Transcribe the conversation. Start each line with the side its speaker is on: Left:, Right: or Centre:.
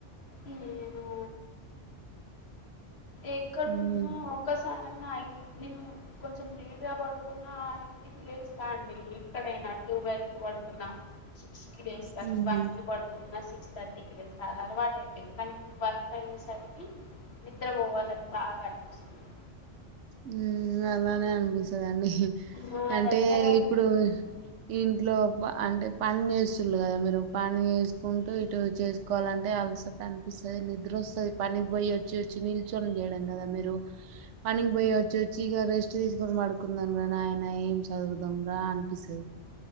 Left: ఏను ఎక్కడున్నా
Right: హ్మ్.
Left: ఒకసా సారన్న ఐదు నేను కొంచెం లేట్ గా పడుకున్న ఆరు ఇంటికి లేస్తా అండి ఎక్కడైనా ట్వెల్వ్కీ పడుకున్న సిక్స్ కీ లేస్త
Right: హ్మ్.
Left: వన్ కి పడుకున్న సిక్ సిక్స్ థర్టీ కిలేస్తా అలవాటు అయిపోయింది కానీ ఇప్పుడు వర్క్ అయ్యేసరికి నిద్ర పోవాలని బాగా అనిపిస్తుంది.
Right: ఉమ్ అట్లనే అనిపిస్తదండి
Left: మా
Right: అంటే
Left: దగ్గర
Right: ఇప్పుడు ఇంట్లో అబ్బా అంటే పని చేస్తుళ్ళు కదా మీరు పని చేసుకుంటూ ఇటు చేస్ తీసుకోవాలంటే అలసట అనిపిస్తది నిద్ర వస్తది పనికి పోయి వచ్చి వచ్చి నిల్చొని చేయడం కదా మీరు రూ పని వచ్చి వచ్చి ఇక రెస్ట్ తీసుకొని పడుకుందామురా నా ఆయన ఏం చదువుదాం రా అనిపిస్తది.